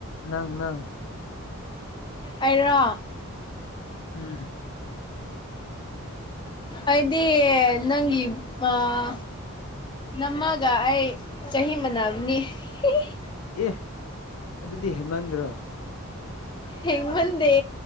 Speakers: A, on the left; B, on the left.
A: ꯅꯪ ꯅꯪ
B: ꯑꯩꯔꯣ
A: ꯎꯝ
B: ꯑꯩꯗꯤ ꯅꯪꯒꯤ ꯑꯥ ꯅꯝꯃꯒ ꯑꯩ ꯆꯍꯤ ꯃꯥꯟꯅꯕꯅꯤ ꯍꯤ ꯍꯤ ꯍꯤ
A: ꯑꯦ ꯑꯗꯨꯗꯤ ꯍꯦꯃꯟꯗ꯭ꯔꯣ
B: ꯍꯦꯡꯃꯗꯦ